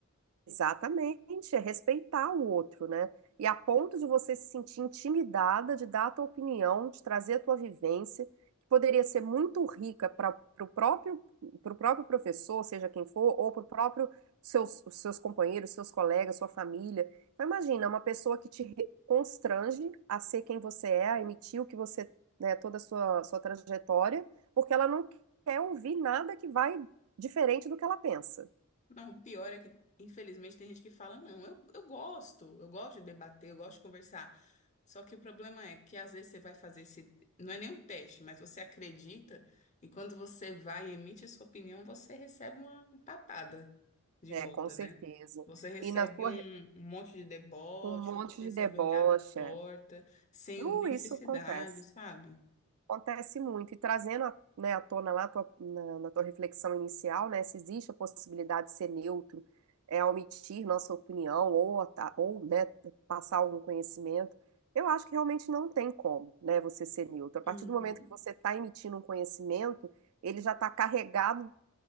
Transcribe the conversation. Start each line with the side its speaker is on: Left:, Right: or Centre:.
Right: Exatamente, é respeitar o outro, né? E a ponto de você se sentir intimidada de dar a tua opinião, de trazer a tua vivência, que poderia ser muito rica para o próprio, pro próprio professor, seja quem for, ou para o próprio seus, os seus companheiros, seus colegas, sua família. Então, imagina, uma pessoa que te re- constrange a ser quem você é, a emitir o que você, né, toda a sua, sua trajetória, porque ela não quer ouvir nada que vai diferente do que ela pensa.
Left: Não, o pior é que, infelizmente, tem gente que fala, não, eu, eu gosto, eu gosto de debater, eu gosto de conversar. Só que o problema é que às vezes você vai fazer esse, não é nem um teste, mas você acredita e quando você vai e emite a sua opinião, você recebe uma patada de
Right: É,
Left: volta,
Right: com certeza.
Left: né? Você recebe
Right: E na sua
Left: um,
Right: re-
Left: um monte de deboche,
Right: um monte
Left: ou você
Right: de
Left: recebe
Right: debocha.
Left: olhada torta, sem
Right: Uh,
Left: necessidade,
Right: isso acontece.
Left: sabe?
Right: Acontece muito. E trazendo, a- né, à tona lá a tua- na, na tua reflexão inicial, né, se existe a possibilidade de ser neutro, é omitir nossa opinião ou, ata- ou né, passar algum conhecimento, eu acho que realmente não tem como, né, você ser neutro. A partir
Left: Uhum,
Right: do momento que você está emitindo um conhecimento, ele já está carregado